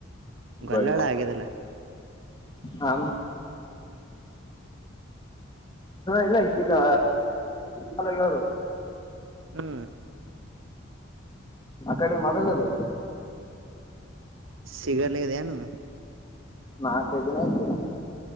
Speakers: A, on the right; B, on the left.
A: ಗೊಲ್ಲಾಳ
B: ಬ
A: ಆಗ್ಯದಲ್ಲ
B: ಆ ಇಲ್ಲ ಇಲ್ಲ ನಿಮ್ ಮನೆಗೆ ನೋಡು
A: ಹೂ
B: ಆ ಕಡೆ ಮೊಬೈಲ್ ಅದು
A: ಸಿಗರೇಟ್ ಲನು
B: ನಾಕೈದು ದಿನ ಆಯ್ತು